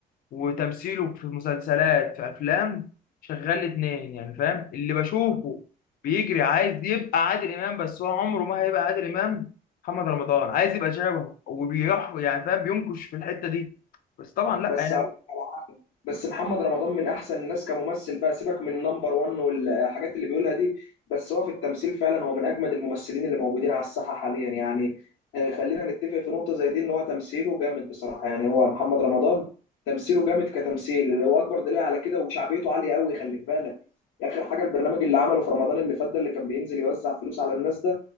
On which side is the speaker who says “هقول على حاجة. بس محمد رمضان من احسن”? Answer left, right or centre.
Left